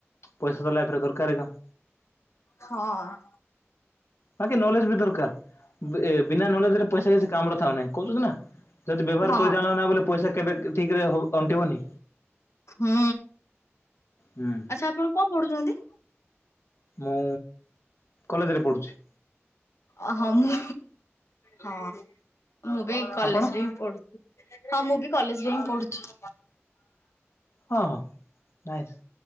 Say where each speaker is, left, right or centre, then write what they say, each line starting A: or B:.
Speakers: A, on the left; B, on the left.
A: ପଇସା ତ ଲାଇଫରେ ଦରକାର ଏକା।
B: ହଁ ଅଁ।
A: ବାକି ନଲେଜ ବି ଦରକାର ଏ ବିନା ନଲେଜରେ ପଇସା କିଛି କାମରେ ଥାଉ ନାହିଁ କହୁଚନ୍ତି ନା? ଯଦି ବ୍ୟବହାର
B: ହଁ
A: କରି ଜାଣ ନା ବୋଲେ ପଇସା କେବେ ଠିକରେ ଅଣ୍ଟିବନି।
B: ହୁଁ
A: ହୁଁ।
B: ଆଛା ଆପଣ କଣ ପଢୁଛନ୍ତି?
A: ମୁଁ କଲେଜରେ ପଢ଼ୁଛି।
B: ଅ ହଁ ମୁଁ ହଁ ମୁଁ ବି କଲେଜରେ
A: ଆପଣ
B: ହିଁ ପଢୁଛି। ହଁ ମୁଁ ବି କଲେଜରେ ହିଁ ପଢୁଛି।
A: ହଁ ହଁ ନାଇସ